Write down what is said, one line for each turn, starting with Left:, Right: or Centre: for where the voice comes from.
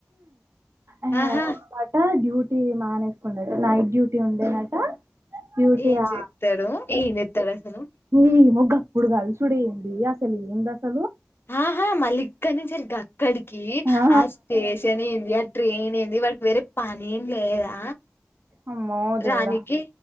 Right: ఆ
Left: ఆహా
Right: ట డ్యూ టి మానేసుకుందట నైట్ డ్యూటీ ఉందనట డ్యూటియా
Left: ఏం చెప్తాడు ఏం చెప్తాడు అసలు
Right: ఏమో గప్పుడు కలుసుడె అసలు ఏందసలు
Left: ఆహా మళ్ళీ ఇక్కడినుంచెల్లి గక్కడికి
Right: ఆ
Left: ఆస్ స్టేషన్ ఏందీ ట్రైన్ ఏంది వాడికి వేరే పనెం లేదా
Right: అమ్మో దేవుడా
Left: రానికి